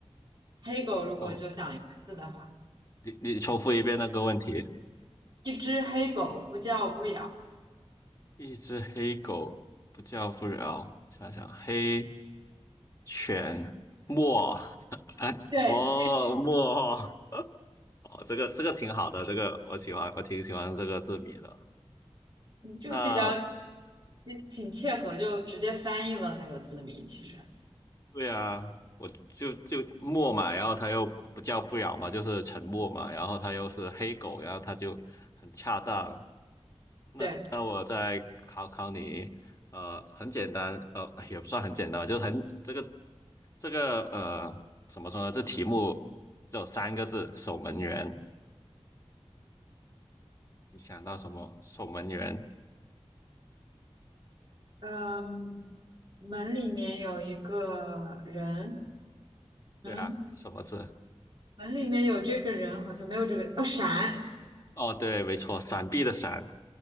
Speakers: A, on the right; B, on the left.
A: 黑狗如果就想一个字的话，
B: 黑狗，你你重复一遍那个问题。
A: 一只黑狗不叫不咬。
B: 一只黑狗不叫不了。想想黑犬墨，<laughs>
A: 对，
B: 哦墨，哦这个这个挺好的，这个我喜欢，我挺喜欢这个字谜的。
A: 这个比较
B: 那
A: 挺挺切合，就直接翻译了那个字谜。其实，
B: 对啊，我就就默嘛，然后他又不叫不咬嘛，就是沉默嘛，然后他又是黑狗，然后他就很恰当。那那我再考考你，
A: 对，
B: 呃，很简单，呃，也不算很简单，就是很这个这个呃，怎么说呢？这题目只有三个字，守门员。你想到什么？守门员？
A: 嗯，门里面有一个人，嗯，
B: 对啊，是什么字？
A: 门里面有这个人，好像没有这个，哦，闪，
B: 哦，对，没错，闪避的闪，